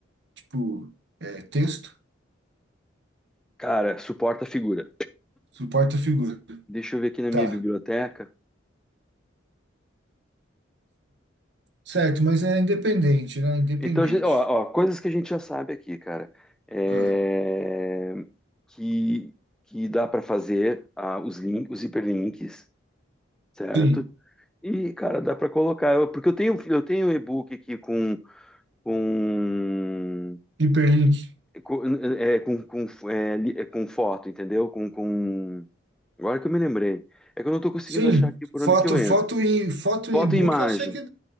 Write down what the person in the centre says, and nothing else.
Cara, suporta a figura.
Deixa eu ver aqui na
minha biblioteca.
Então, a gente- ó, ó, coisas que a gente já sabe aqui, cara, É,
que, que dá para fazer ah, os lin- os hiperlinks, certo?
E, cara, dá para colocar, eu- porque eu tenho, eu tenho um e-book aqui com, com,
com, é, com, com, é, li- é, com foto, entendeu? Com, com... Agora que eu me lembrei. É que eu não estou conseguindo
achar aqui por
onde que eu entro.
Foto
e imagem,